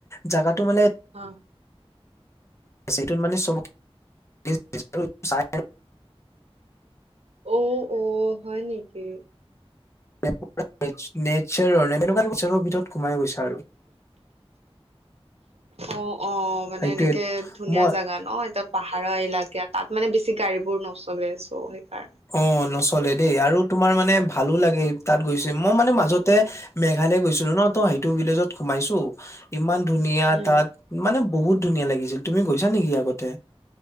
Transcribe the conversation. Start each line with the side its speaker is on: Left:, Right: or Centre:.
Left: জেগাটো মানে।
Right: অ
Left: সেইটো মানে চবকে। <unintelligible>
Right: অ অ হয় নেকি।
Left: <unintelligible> নেটচাৰৰ তেনেকুৱাৰ নেচাৰৰ ভিতৰত সোমাই গৈছে আৰু।
Right: অ অ মানে
Left: সেইটোৱে
Right: এনেকে ধুনীয়া
Left: মই
Right: জোগা ন এ তাত। পাহাৰৰ এলেকা তাত মানে বেছি গাড়ী বোৰ নচলে চ' সেইকাৰণে।
Left: অ নচলে দেই আৰু তোমাৰ মানে ভালো লাগে তাত গৈছে মই মানে মাজত মেঘালয় গৈছিলো ন ত সেইটো ভিলেজত সোমাইছো ইমান ধুনীয়া
Right: উম
Left: তাত মানে বহুত ধুনীয়া লাগিল তুমি গৈছা নেকি আগতে